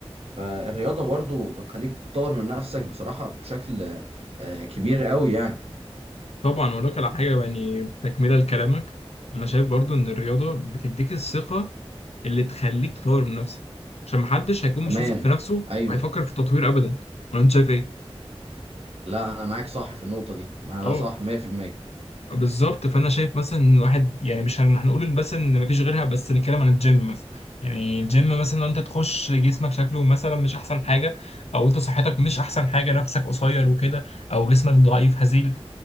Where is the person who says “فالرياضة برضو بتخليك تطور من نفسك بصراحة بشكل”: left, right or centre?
Right